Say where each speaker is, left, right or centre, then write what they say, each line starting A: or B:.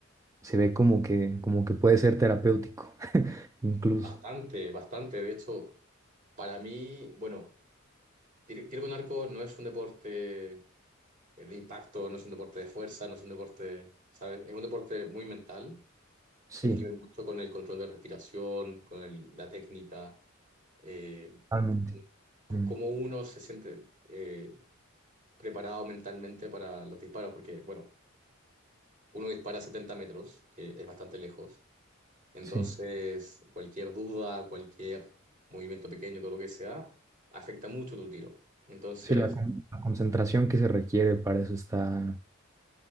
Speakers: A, on the right; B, on the right.
A: se ve como que, como que puede ser terapéutico, <laughs> incluso.
B: bastante, bastante. De hecho, para mí, bueno, tiro, tiro con arco no es un deporte eh, de impacto, no es un deporte de fuerza, no es un deporte, ¿sabes? Es un deporte muy mental,
A: Sí,
B: tiene que ver mucho con el control de respiración, con el- la técnica, eh,
A: totalmente.
B: con
A: Mm,
B: cómo uno se siente eh, preparado mentalmente para los disparos, porque, bueno, uno dispara a 70 metros, que es bastante lejos, entonces
A: sí,
B: cualquier duda, cualquier movimiento pequeño, todo lo que sea, afecta mucho tu tiro. Entonces,
A: sí, la, con- la concentración que se requiere para eso está,